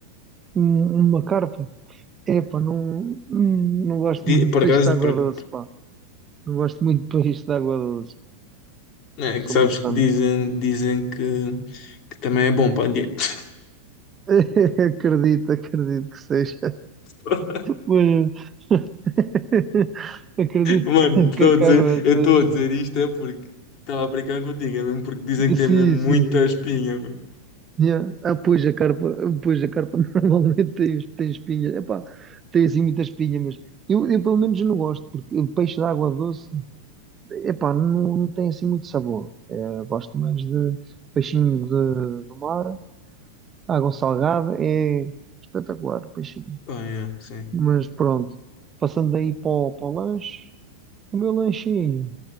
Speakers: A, on the right; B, on the left.
A: um- uma carpa. Epá, não, hum, não gosto
B: Di-
A: muito de
B: Por
A: peixe
B: acaso,
A: de água
B: por-
A: doce, pá. Não gosto muito de peixe de água doce.
B: é
A: Sou
B: que sabes
A: muito
B: que
A: fã
B: dizem,
A: de
B: dizem que, que também é bom para a dieta.
A: <laughs> Acredito, acredito que seja.
B: <laughs>
A: Mas <laughs> acredito
B: Mano,
A: que,
B: estou
A: que a
B: a dizer,
A: Carol
B: eu
A: seja.
B: estou a dizer isto é porque estava a brincar contigo, é mesmo porque dizem que tem
A: Sim,
B: mesmo muita
A: sim, sim.
B: espinha, meu.
A: Yeah. Ah, pois a carpa, pois a carpa <laughs> normalmente tem, tem espinhas. Epá, tem assim muita espinha, mas eu, eu pelo menos não gosto, porque o peixe de água doce, epá, não, não tem assim muito sabor. É, gosto mais de peixinho de, do mar, água salgada, é espetacular, peixinho.
B: Oh, yeah, sim.
A: Mas pronto, passando aí para o, para o lanche, o meu lanchinho,